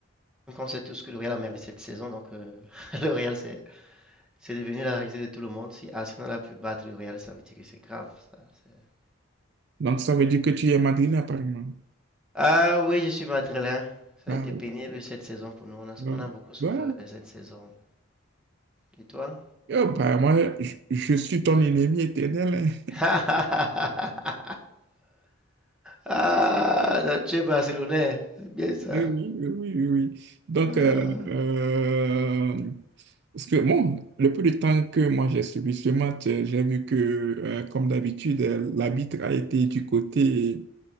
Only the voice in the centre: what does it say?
qu'on sait tous que le Real a merdé cette saison, donc euh, <laughs> le Real c'est, c'est devenu la risée de tout le monde. Si Arsenal a pu battre le Real, ça veut dire que c'est grave. ça, c'est-
Ah oui, je suis madrilène. Ça
a été pénible cette saison pour nous, on a,
on a beaucoup souffert
cette saison. Et toi?
<laughs> Ah, Nacho est Barcelonais, c'est bien ça.
Ah.